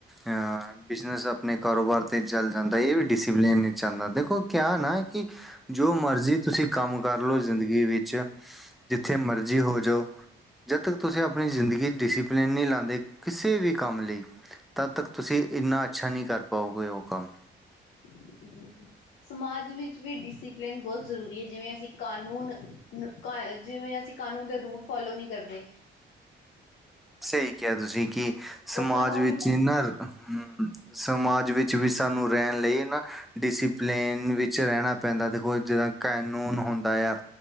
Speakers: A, in the centre; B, on the left (about 75°).
A: ਅ ਬਿਜਨਸ ਆਪਨੇ ਕਾਰੋਬਾਰ ਤੇ ਚਲ ਜਾਂਦੈ ਏ ਵੀ ਡਿਸਿਪੇਲਨ ਚ ਆਂਦੈ, ਦੇਖੋ ਕੇਆ ਨਾ ਕਿ ਜੋ ਮਰਜ਼ੀ ਤੁਸੀਂ ਕਾੰਮ ਕਾਰ ਲੋ ਜ਼ਿੰਦਗੀ ਵਿੱਚ, ਜਿੱਥੇ ਮਰਜੀ ਹੋ ਜੋ ਜਦ ਤੱਕ ਤੁਸੀਂ ਆਪਣੀ ਜ਼ਿੰਦਗੀ ਚ ਡਿਸੀਪੇਲਨ ਨਈ ਲਾਂਦੇ, ਕਿਸੇ ਵੀ ਕਾੰਮ ਲਈ ਤਦ ਤੱਕ ਤੁਸੀਂ, ਇੰਨਾ ਅੱਛਾ ਨਈ ਕਰ ਪਾਓਗੇ ਓ ਕਾੰਮ।
B: ਜੀ, ਜੀ, ਜੀ। ਸਮਾਜ ਵਿੱਚ ਵੀ ਡਿਸਪਲਿਨ ਬਹੁਤ ਜ਼ਰੂਰੀ ਐ, ਜਿਵੇਂ ਅਸੀਂ ਕਾਨੂੰਨ ਕ ਜਿਵੇਂ ਅਸੀਂ ਕਾਨੂੰਨ ਦੇ ਰੂਲ ਫੋਲੋ ਨਈ ਕਰਦੇ।
A: ਸਹੀ ਕਿਹਾ ਤੁਸੀਂ ਕਿ ਸਮਾਜ
B: ਪਰ ਸਾਨੂੰ ਉਹ
A: ਵਿੱਚ
B: ਵੀ
A: ਇੰਨਾ ਹੂੰ, ਸਮਾਜ ਵਿੱਚ ਵੀ ਸਾਨੂੰ ਰੈਣ ਲਈ ਨਾ ਡਿਸਪਲੇਨ ਵਿੱਚ ਰਹਿਣਾ ਪੈਂਦਾ, ਦੇਖੋ ਜੇੜਾ ਕਾਨੂੰਨ ਹੁੰਦਾ ਯਾ